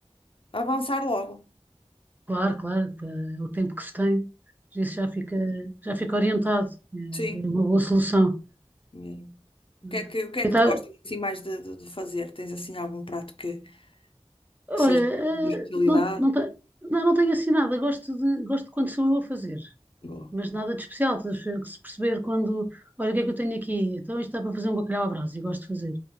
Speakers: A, on the left (about 55°); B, on the right (about 15°).
A: avançar logo.
B: Claro, claro, pá, é o tempo que se tem, isso já fica, já fica orientado.
A: Sim.
B: É, é uma boa solução.
A: E
B: Hum.
A: O que é que, o que é
B: Eu
A: que
B: ta-
A: tu gostas assim, mais de, de- de fazer? Tens assim algum prato que,
B: olha,
A: que seja
B: eh,
A: de especialidade?
B: não, não, te- não, não tenho assim nada. Gosto de, gosto de quando sou eu a fazer,
A: Boa.
B: mas nada de especial. Estás a ver que se perceber quando, olha, o que é que eu tenho aqui? Então isto dá para fazer um bacalhau à brasa. e gosto de fazer.